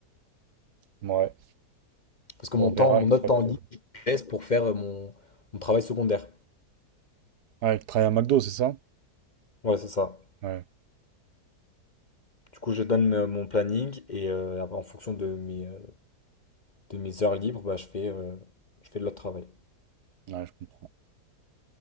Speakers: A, on the right; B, on the left.
A: Ouais,
B: Parce que
A: bon,
B: mon
A: on verra
B: temps, mon
A: une fois
B: autre temps
A: que.
B: libre, je le laisse pour faire euh, mon, mon travail secondaire.
A: Ah, il travaille à McDo, c'est ça?
B: Ouais, c'est ça.
A: Ouais.
B: Du coup, je donne euh, mon planning, et euh, en fonction de mes, euh, de mes heures libres, bah, je fais, euh, je fais de l'autre travail.
A: Ouais, je comprends.